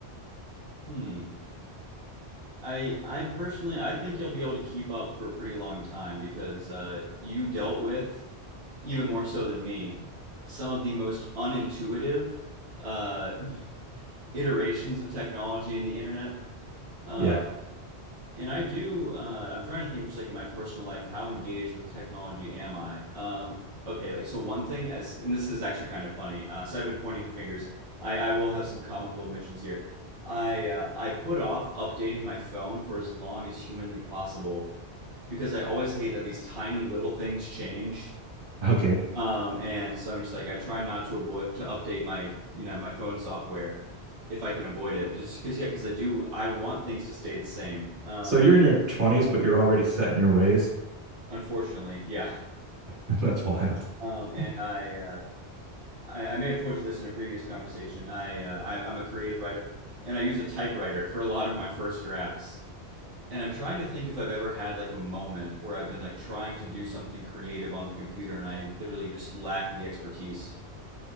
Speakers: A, on the right; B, on the right.
A: Hmm. I I personally I think you'll be able to keep up for a pretty long time because uh, you dealt with even more so than me some of the most unintuitive uh, <laughs> iterations of technology in the internet. Um,
B: Yeah.
A: and I do, uh, I'm trying to think of just like in my personal life, how engaged with technology am I? Um, okay, like so one thing as, and this is actually kind of funny. Uh, so I've been pointing fingers. I, I will have some comical admissions here. I uh, I put off updating my phone for as long as humanly possible because I always hate that these tiny little things change.
B: Okay.
A: Um, and so I'm just like I try not to avoid to update my you know my phone software if I can avoid it just because yeah because I do I want things to stay the same. Um,
B: So you're in your 20s, but you're already set in your ways.
A: Unfortunately, yeah.
B: <laughs> That's wild.
A: Um, and
B: Mhm.
A: I, uh, I, I may have told you this in a previous conversation. I, uh, I, I'm a creative writer, and I use a typewriter for a lot of my first drafts. And I'm trying to think if I've ever had like a moment where I've been like trying to do something creative on the computer, and I literally just lacked the expertise.